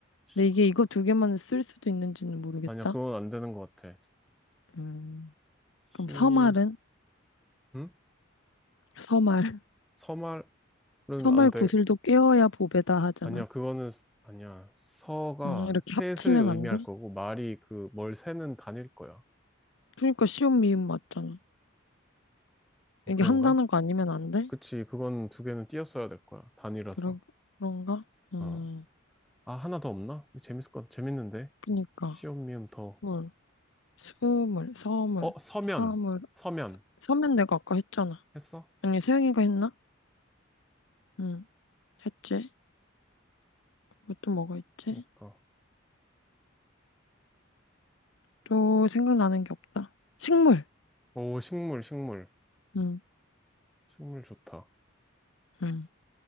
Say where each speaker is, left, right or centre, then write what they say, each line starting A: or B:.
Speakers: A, in the centre; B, on the left (about 75°).
A: 시끄러.
B: 근데 이게 이거 두 개만 쓸 수도 있는지는 모르겠다.
A: 아니야, 그건 안 되는 것 같아.
B: 음.
A: 시,
B: 그럼 서말은?
A: 응?
B: 서말.
A: 서말은
B: 서말
A: 안 돼.
B: 구슬도 꿰어야 보배다 하잖아.
A: 아니야, 그거는, 스- 아니야. 서가
B: 음, 이렇게
A: 셋을
B: 합치면
A: 의미할
B: 안 돼?
A: 거고, 말이 그, 뭘 세는 단일 거야.
B: 그러니까 쉬운 미음 맞잖아.
A: 어,
B: 이게
A: 그런가?
B: 한 단어가 아니면 안 돼?
A: 그치, 그건 두 개는 띄었어야 될 거야. 단위라서.
B: 그런, 그런가? 음,
A: 어. 아, 하나 더 없나? 이거 재밌을 것, 재밌는데?
B: 그니까.
A: 시옷, 미음, 더.
B: 물, 수물, 서물,
A: 어, 서면.
B: 사물.
A: 서면.
B: 서면 내가 아까 했잖아.
A: 했어?
B: 아니, 세영이가 했나? 응, 했지. 그것도 뭐가 있지?
A: 그니까.
B: 또 생각나는 게 없다. 식물!
A: 오, 식물, 식물.
B: 응,
A: 식물 좋다.
B: 응.